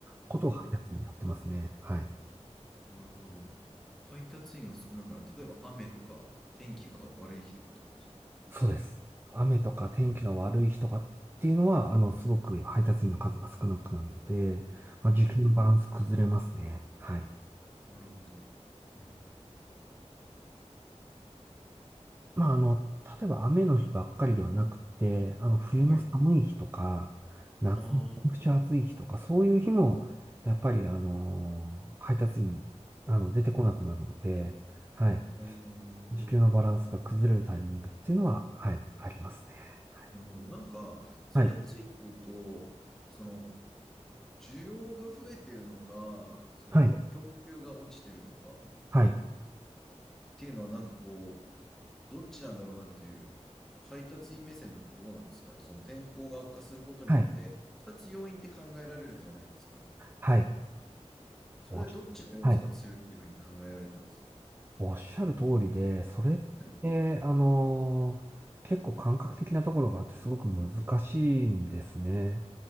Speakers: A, on the right; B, in the centre.
A: ことを配達員はやってますね。
B: うん
A: はい。
B: なるほど。配達員が少ないから、例えば雨とか、天気が悪い日とかってことですか
A: そうです。雨とか天気が悪い日とかっていうのは、あの、すごく配達員の数が少なくなるので、まあ、時給のバランス崩れますね。
B: ああ、
A: はい。
B: なるほど。うん、うん、うん
A: まあ、あの、例えば雨の日ばっかりではなくて、あの、冬の寒い日とか、
B: はい。
A: 夏のめちゃくちゃ暑い日とか、
B: ああ、うん、
A: そういう日も、やっぱり、あの、配達員、あの、出てこなくなるので、はい。
B: ああ、な
A: 時給のバランスが崩れるタイミングっていうのは、はい、ありますね。はい。
B: るほど。なんか、それについて言うと、
A: はい。
B: その、需要が増えてるのか、その、
A: はい。
B: 供給が落ちてるのかっ
A: はい。
B: ていうのは、なんかこう、どっちなんだろうなっていう、配達員目線だとどうなんですかね。その天候が悪化することによって、
A: はい。
B: 2つ要因って考えられるじゃないですか。
A: はい
B: それはどっちの要素が強いっていうふうに考えられてますか
A: あはいおっしゃる通りで、それって、
B: はい。
A: あのー結構感覚的なところがあってすごく難しいんですね。